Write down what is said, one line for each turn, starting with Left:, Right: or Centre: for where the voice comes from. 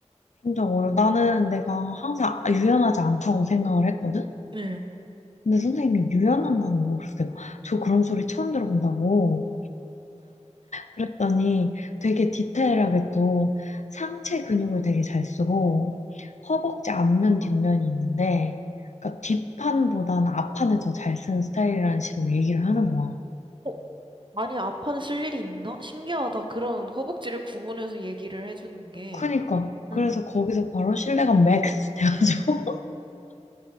Left: 진짜 어려. 나는 내가 항상 유연하지 않다고 생각을 했거든.
Right: 네.
Left: 근데 선생님이 유연한다는 거 그래서 내가 저 그런 소리 처음 들어본다고 그랬더니 되게 디테일하게 또 상체 근육을 되게 잘 쓰고 허벅지 앞면 뒷면이 있는데 그러니까 뒷판보다는 앞판을 더 잘 쓰는 스타일이라는 식으로 얘기를 하는 거야.
Right: 어, 아니, 아파는 쓸 일이 있나? 신기하다. 그런 허벅지를 구분해서 얘기를 해주는 게.
Left: 그러니까 그래서
Right: 응.
Left: 거기서 바로 신뢰감 맥스 돼가지고